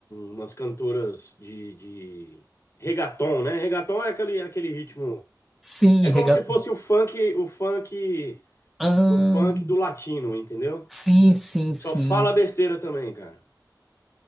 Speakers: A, on the left; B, in the centre.
A: umas cantoras de, de reggaeton, né? Reggaeton é aquele, aquele ritmo.
B: Sim,
A: É como
B: regatão.
A: se fosse o funk, o funk,
B: Ah,
A: o funk do latino, entendeu?
B: sim, sim, sim.
A: Só fala besteira também, cara.